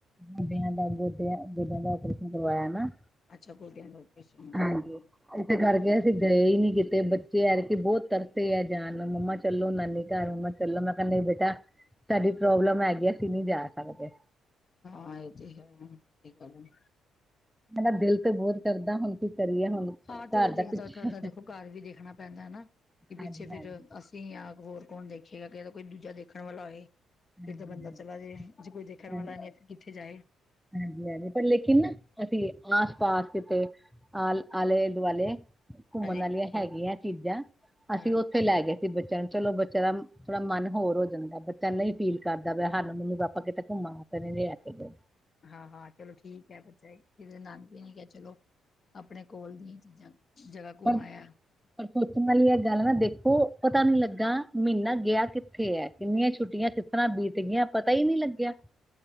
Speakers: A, in the centre; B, on the left.
A: ਬੁਡਿਆਂ ਦਾ ਗੋਡਿਆਂ, ਗੋਡਿਆਂ ਦਾ ਓਪਰੇਸ਼ਨ ਕਰਵਾਇਆ ਨਾ।
B: ਅਛਾ। ਗੋਡਿਆਂ ਦਾ ਓਪਰੇਸ਼ਨ ਕਰਵਾਨਾ
A: ਹਾਂਜੀ
B: ਕਰਵਾ ਲੇ ਨੇ।
A: ਇਸੇ ਕਰਕੇ ਅਸੀ ਗਏ ਹੀ ਨੀ ਕੀਤੇ ਬੱਚੇ ਐਕਤੀ ਬਹੁਤ ਤੜਪੇ ਹੈ ਜਾਣ ਨੂੰ ਮੰਮਾ ਚੱਲੋ ਨਾਨੀ ਮੈਂ ਚੱਲੋ, ਮੈਂ ਕਿਹਾ, ਨਹੀ ਬੇਟਾ ਸਾਡੀ ਪ੍ਰੋਬਲਮ ਹੈਗੀ। ਅਸੀ ਨਹੀ ਜਾ ਸਕਦੇ।
B: ਹਾਂ। ਇਹ ਤੇ ਹੈ। ਗੱਲ
A: ਮੇਰਾ ਦਿਲ ਤੇ ਬਹੁਤ ਕਰਦਾ। ਹੁਣ ਕੀ ਕਰੀਏ ਹੁਣ।
B: ਹਾਂ। ਚਲੋ,
A: ਘਰ
B: ਦਿਲ
A: ਪਿੱਛਾ
B: ਦਾ ਕਰਦਾ ਦੇਖੋ ਘਰ ਵੀ ਦੇਖਣਾ ਪੈਂਦਾ ਹਨਾ। ਕਿ ਪਿੱਛੇ
A: ਹਾਂਜੀ
B: ਫਿਰ
A: ਹਾਂਜੀ
B: ਅ ਤੁਸੀਂ ਆ ਹੋਰ ਕੌਣ ਦੇਖੀਏਗਾ ਕਿਦਾ ਕੋਈ ਦੂਜਾ ਦੇਖਣ ਵਾਲਾ ਹੋਏ।
A: ਹਾਂਜੀ
B: ਫਿਰ ਤਾਂ ਬੰਦਾ ਚਲਾ ਜੇੇ। ਕੋਈ ਦੇਖਣ
A: ਹਾਂਜੀ
B: ਵਾਲਾ ਨੀ ਫਿਰ ਕਿੱਥੇ ਜਾਏ।
A: ਹਾਂਜੀ- ਹਾਂਜੀ ਪਰ ਲੇਕਿਨ ਅਸੀਂ ਆਸ- ਪਾਸ ਕਿਤੇ ਆਲ- ਆਲੇ ਦੁਆਲੇ ਘੁੰਮਣ
B: ਹਾਂਜੀ
A: ਵਾਲੀਆਂ ਹੈਗੀਆਂ ਚੀਜ਼ਾਂ। ਅਸੀਂ
B: ਹਾਂ।
A: ਉੱਥੇ ਲੈ ਗਏ ਸੀ ਬੱਚਿਆਂ ਨੂੰ। ਚਲੋ ਬੱਚਿਆਂ ਦਾ ਥੋੜਾ ਮਨ ਹੋਰ ਹੋ ਜਾਂਦਾ। ਬੱਚਿਆਂ ਨੂੰ ਹੀ ਅਪੀਲ ਕਰਦਾ ਪ ਸਾਨੂੰ ਮੰਮੀ -ਪਾਪਾ ਕਿਤੇ ਘੁੰਮਾ ਲੈ ਕੇ ਗਏ।
B: ਹਾਂ- ਹਾਂ ਚਲੋ ਠੀਕ ਹੈ ਬੱਚਾ। ਕਿਸ ਨਨਦ ਵੀ ਨੀ ਕਿਹਾ ਚਲੋ ਆਪਣੇ ਕੋਲ ਦੀਆਂ ਚੀਜ਼ਾਂ ਜਗ੍ਹਾ ਘੁੰਮਾਇਆ।
A: ਪਰ ਪਰ ਸੋਚਣ ਵਾਲੀ ਇਹ ਗੱਲ ਨਾ ਦੇਖੋ, ਪਤਾ ਨੀ ਲੱਗਾ ਮਹੀਨਾ ਗਿਆ ਕਿੱਥੇ ਹੈ। ਕਿੰਨੀਆਂ ਛੁੱਟੀਆਂ ਤਰ ਬੀਤ ਗਈ ਪਤਾ ਹੀ ਨਹੀਂ ਲੱਗਿਆ। <unintelligible>